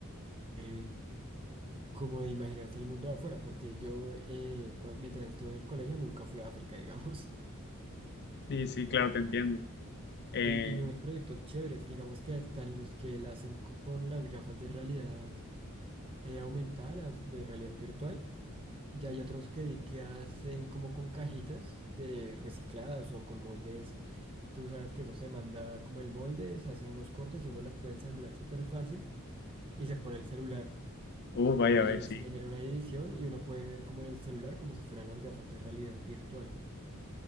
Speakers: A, on the right (about 25°); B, on the left (about 50°).
A: oportunidad como de imaginarse el mundo de afuera, porque yo eh, cua- mientras estuve en el colegio nunca fui a África, digamos,
B: Sí, sí, claro, te entiendo.
A: <laughs>
B: Eh,
A: y, y vi unos proyectos chéveres, digamos que están los que la hacen con las gafas de realidad eh, aumentada, las de realidad virtual, y hay otros que vi que hacen como con cajitas de recicladas o con moldes, tú sabes que eso se manda como el molde, se hacen unos cortes y uno las puede ensamblar súper fácil y se pone el celular.
B: uh, vaya,
A: y
B: vaya,
A: ahí
B: sí.
A: se genera una división y uno puede ver como en el celular, como si fueran las gafas de realidad virtual.